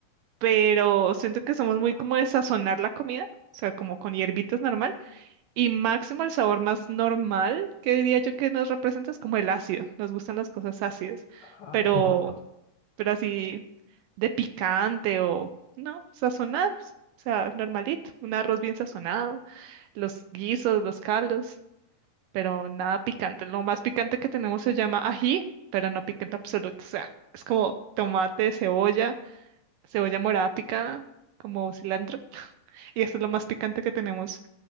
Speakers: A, on the right; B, on the left.
A: pero siento que somos muy como de sazonar la comida, o sea, como con hierbitas normal, y máximo el sabor más normal que diría yo que nos representa es como el ácido, nos gustan las cosas ácidas,
B: Ah,
A: pero,
B: qué rico.
A: pero así de picante o, no, sazonados, o sea, normalito, un arroz bien sazonado, los guisos, los caldos pero nada picante. Lo más picante que tenemos se llama ají, pero no picante absoluto. O sea, es como tomate, cebolla, cebolla morada picada, como cilantro. <laughs> Y eso es lo más picante que tenemos